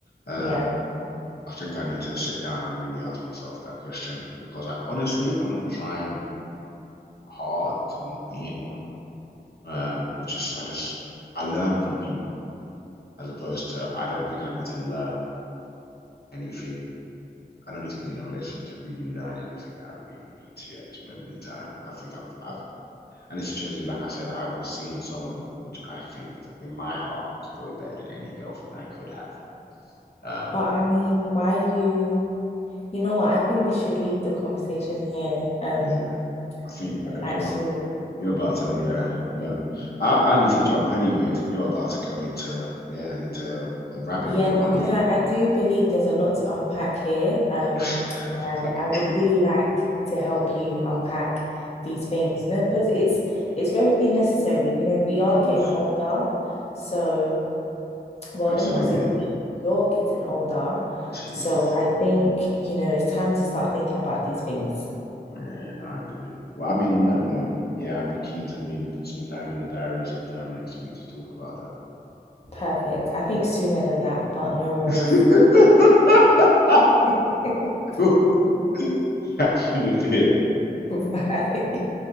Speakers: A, on the left (about 70°); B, on the left (about 40°).
A: Um,
B: Yeah.
A: I think I need to sit down and really ask myself that question because I honestly I'm not trying hard to not be in one. Um, it's just I just I learn from people as opposed to I don't think I need to learn anything. I don't need to be in a relationship to really learn anything that I really need to at this moment in time. I think I've, I've and it's just like I said, I was seeing someone which I think in my heart was probably better than any girlfriend I could have. Um,
B: But I mean, why are you You know what? I think we should leave the conversation here. Um,
A: yeah, I think because
B: and actually,
A: you're you're about to yeah yeah I, I need to jump anyways and you're about to go into yeah into a rabbit
B: yeah,
A: hole
B: no,
A: aren't
B: because
A: you
B: I, I do believe there's a lot to unpack here. Um,
A: <laughs>
B: and
A: like
B: I, I would really like to help you unpack these things. No, because it's it's very necessary. You know, we are
A: of course
B: getting older. So, well,
A: absolutely
B: let me not say we, you're getting older.
A: jeez
B: So I think, you know, it's time to start thinking about these things.
A: Man, I agree. Well, I mean, on that note, yeah, I'd be keen to maybe put some time in the diary sometime next week to talk about that.
B: Perfect. I think sooner than that, but no worries.
A: <laughs>
B: <laughs>
A: Cool. <laughs> Catch you in a bit.
B: Bye.